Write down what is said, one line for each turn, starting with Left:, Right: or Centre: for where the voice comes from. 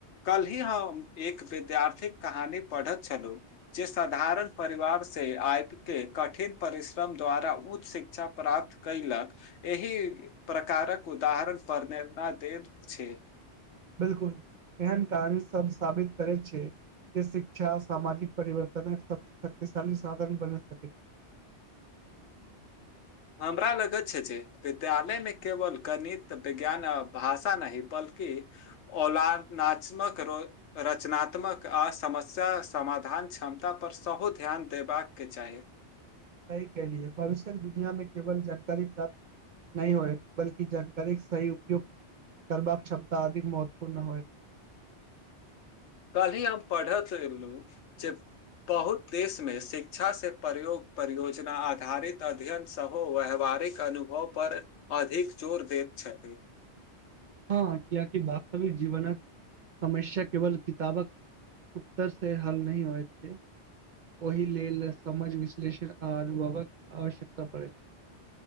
Left: कल ही हम एक विद्यार्थीक कहानी पढ़त छलु। जे साधारण परिवार से आएब के कठिन परिश्रम द्वारा उच्च शिक्षा प्राप्त कैलक एहि प्रकारक उदाहरण परनेरना देत छै।
Right: बिलकुल एहन कहानी सब साबित करैत छै। जे शिक्षा सामाजिक परिवर्तन सब शक्तिशाली साधन बन सकैत छै।
Left: हमरा लगैत छै। जे विद्यालय मे केवल गणित, विज्ञान आ भाषा नहि बल्कि औलार नाचमक रो रचनात्मक आ समस्या समाधान क्षमता पर सहो ध्यान देबाक चाही।
Right: छै सही केेहलिये भविष्यक दुनियामे केवल जट कहि प्राप्त नहि होय बल्कि जानकारी सही उपयोग करबाक छमता अधिक महत्वपूर्ण होए।
Left: कल्हि हम पढ़त एलु जे बहुत देशमे शिक्षा से प्रयोग परियोजना आधारित अध्ययन सहो व्यावहारिक अनुभव पर अधिक जोर देैत छथि
Right: हँ कियेकि वास्तविक जीवनक समस्या केवल किताबक उत्तर से हल नही होयत छय ओहि लेल समझ विश्लेषण आ अनुभवक आवश्यकता पड़ैत छै‌